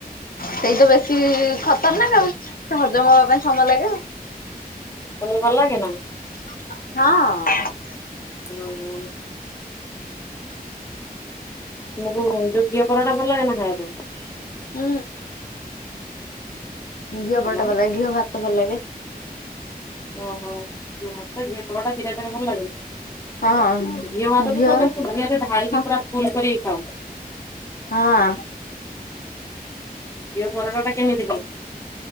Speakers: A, on the left; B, on the left.
A: ସେଇ ତ ବେଶୀ ଖତରନାକ ଆଉ ସେ ହଜମ ହବା ପାଇଁ ସମୟ ଲାଗେ ଆଉ।
B: ତମେ ଗଲାଣି ନା।
A: ହଁ।
B: ଓହୋ। ତମକୁ ଯୋଉ ଘିଅ ପରଟା ଭଲ ଲାଗେ ନା ଖାଇବା ପାଇଁ।
A: ହୁଁ। ଘିଅ
B: ହ୍ୟାଲୋ
A: ପଲଟା ଭଲ ଲାଗେ ଘିଅ ଭାତ ଭଲ ଲାଗେ।
B: ଓହୋ ଘିଅ ଭାତ ଘିଅ ପରଟା ଦିଟା ଯାକ ଭଲ ଲାଗେ।
A: ହଁ।
B: ଘିଅ ଭାତକୁ
A: ଘିଅର
B: ଏକାଥରକେ ଘିଅରେ ଢାଳିକି
A: ହଁ
B: ପୁରା ଫୁଲ କରିକି ଖାଉ।
A: ହଁ।
B: ଘିଅ ପରଟାଟା କେମିତି କଲୁ